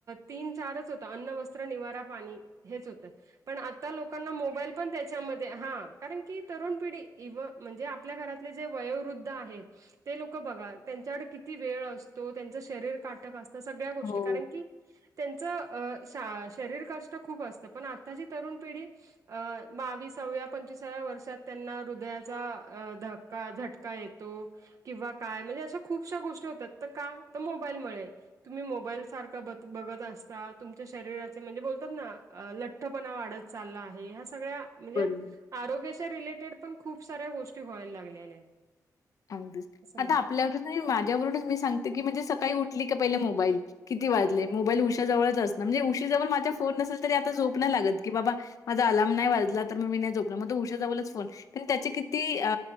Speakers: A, on the right (about 50°); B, on the left (about 55°).
A: तीन चारच हो अन्न वस्त्र निवारा पाणी हेच होतं पण आता लोकांना मोबाईल पण त्याच्यामध्ये हा कारण की तरुण पिढी इव्ह म्हणजे आपल्या घरातले जे वयोवृद्ध आहेत ते लोक बघा त्यांच्याकडे किती वेळ असतो त्यांचं शरीर काटक अस त सगळ्या गोष्टी
B: हो.
A: कारण की त्यांच अ शा शरीर कष्ट खूप असतं पण आताची तरुण पिढी अ बावीसाव्या पंचवीसाव्या वर्षात त्यांना हृदयाचा अ ध का झटका येतो. किंवा काय म्हणजे अशा खूपश्या गोष्टी होतात तर का तर मोबाईलमुळे तुम्ही मोबाईल सारखा ब बघत असतात. तुमच्या शरीराचे म्हणजे बोलतात ना लठ्ठपणा वाढत चालला आहे ह्या सगळ्या म्हणजे
B: बरोबर.
A: आरोग्याच्या रिलेटेड पण खूप साऱ्या गोष्टी व्हायला लागलेल्या आहेत.
B: आंगदीस
A: असं
B: आता
A: म्हण
B: आपल्यावर माझ्यावरूनच मी सांगते की म्हणजे सकाळी उठली की पहिले मोबाईल किती वाजले मोबाईल उशा जवळच असणं म्हणजे उशीजवळ माझा फोन नसेल तरी आता झोप नाही लागत की बाबा माझा अलर्म नाही वाजला तर मग मी नाही जोपलं म तो उशा जवलच फोन पण त्याचे किती अ